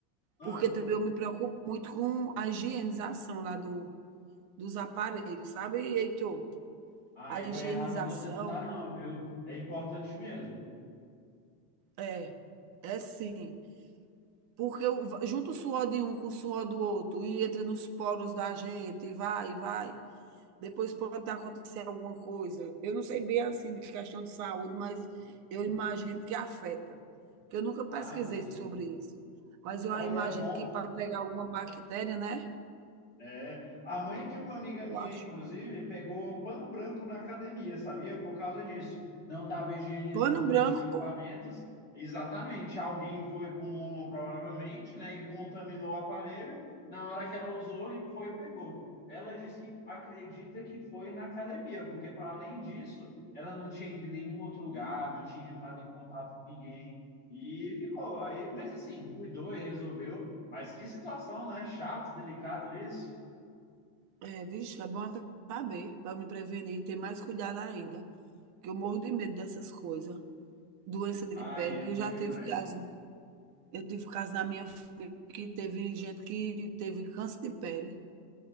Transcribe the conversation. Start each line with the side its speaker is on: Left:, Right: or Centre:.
Left: Ah,
Right: porque também eu me preocupo muito com a higienização lá do, dos aparelhos, sabe, Heitor?
Left: Aí
Right: A
Left: vou
Right: higienização
Left: errada você não tá, não, viu? É importante mesmo.
Right: é, é sim, porque junto o suor de um com o suor do outro e entra nos poros da gente e vai, vai. Depois pode estar acontecendo alguma coisa. Eu não sei bem assim de questão de saúde, mas eu imagino que afeta. Porque eu nunca pesquisei
Left: ah, não, sim.
Right: sobre isso. Mas eu
Left: Olha,
Right: imagino
Left: é bom.
Right: que para pegar alguma bactéria, né?
Left: É, a mãe de uma amiga minha,
Right: Eu acho.
Left: inclusive, pegou pano branco na academia, sabia? Por causa disso. Não estava higienizando
Right: Pano
Left: bem
Right: branco,
Left: os equipamentos. Exatamente. Alguém foi com, provavelmente, né, e contaminou o aparelho. Na hora que ela usou, e foi e pegou. Ela disse que acredita que foi na academia, porque para além disso, ela não tinha ido em nenhum outro lugar, não tinha entrado em contato com ninguém e ficou. Aí, mas assim, cuidou e resolveu. Mas que situação, né? Chato, delicado isso.
Right: é, vixe, é bom até saber, para me prevenir e ter mais cuidado ainda. Que eu morro de medo dessas coisas. Doença de
Left: Ai,
Right: pele,
Left: é ruim
Right: eu já
Left: demais.
Right: tive caso, eu tive caso na minha família que teve gente que teve câncer de pele.